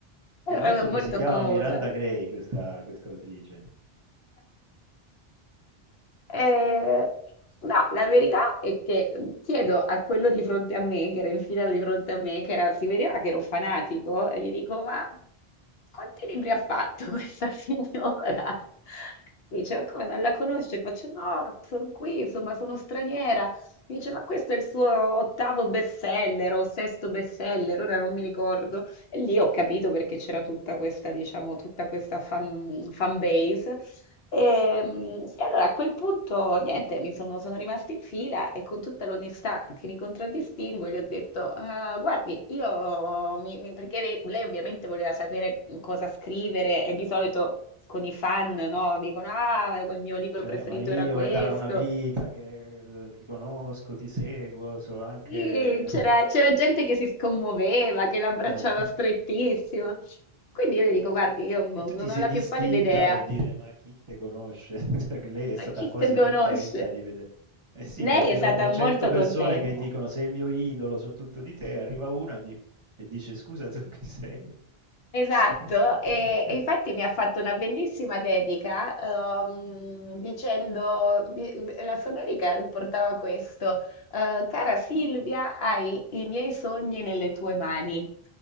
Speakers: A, on the right (about 30°); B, on the left (about 75°).
A: Scommetto
B: era molto
A: che si chiama
B: famosa.
A: Miranda Gray, questa, questa autrice.
B: Eh, no, la verità è che mm, chiedo a quello di fronte a me, che era in fila di fronte a me, che era- si vedeva che era un fanatico, e gli dico: Ma quanti libri ha fatto questa <laughs> signora? Mi Dice, ma come non la conosce? Faccio, no, sono qui, insomma, sono straniera. Mi dice, ma questo è il suo ottavo bestseller o sesto bestseller, ora non mi ricordo. E lì ho capito perché c'era tutta questa, diciamo, tutta questa fan, fan base e, mm, e allora a quel punto, niente, mi sono, sono rimasta in fila e con tutta l'onestà che mi contraddistingue gli ho detto: "Ah, Guardi, io mi- mi-" perché lei, lei ovviamente voleva sapere cosa scrivere, e di solito con i fan, no, dicono: Ah, il mio libro
A: Cioè,
B: preferito
A: ma io
B: era questo.
A: è da una vita che eh, ti conosco, ti seguo, so anche
B: Sì, c'era c'era gente che si scommuoveva, che l'abbracciava
A: eh.
B: strettissima. Quindi io le dico, guardi, io non
A: E e tu
B: non
A: ti
B: ho
A: sei
B: la
A: distinta
B: più pallida idea.
A: per dire: "Ma chi te conosce?" <laughs> Cioè, che lei è
B: Ma
A: stata
B: chi
A: quasi
B: te conosce?
A: contenta di vede eh sì,
B: Lei
A: perché
B: è stata
A: dopo
B: molto
A: 100 persone
B: contenta.
A: che dicono: "Sei il mio idolo, so tutto di te", arriva una e di e dice: "Scusa, tu chi sei?"
B: Esatto,
A: <laughs>
B: e, e infatti mi ha fatto una bellissima dedica ehm, dicendo, di- la sua dedica riportava questo, eh, cara Silvia, hai i miei sogni nelle tue mani.